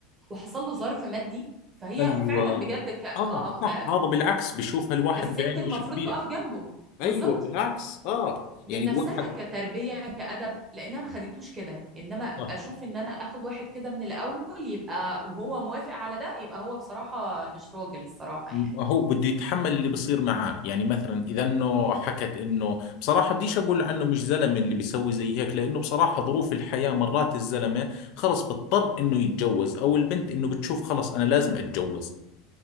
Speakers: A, on the right (about 20°); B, on the left (about 50°).
A: وحصل له ظرف مادي فهي
B: ايوه
A: فعلا بجد ك... اه
B: اه
A: ك...
B: صح هذا بالعكس بيشوفها الواحد
A: كالست
B: بعينه
A: المفروض
B: شيء كبير
A: تقف جنبه
B: ايوه
A: بالظبط
B: بالعكس اه
A: من
B: يعني
A: نفسها
B: الواحد
A: كتربية كأدب لأنها ما خدتوش كده إنما أبقى
B: آه.
A: أشوف إن أنا آخد واحد كده من الأول يبقى وهو موافق على ده يبقى هو بصراحة مش راجل الصراحة
B: م-
A: يعني
B: هو بده يتحمل اللي بصير معاه يعني مثلا اذا انه حكت انه بصراحه بديش اقول عنه مش زلمه اللي بيسوي زي هيك لانه بصراحه ظروف الحياه مرات الزلمه خلص بضطر انه يتجوز او البنت انه بتشوف خلص انا لازم اتجوز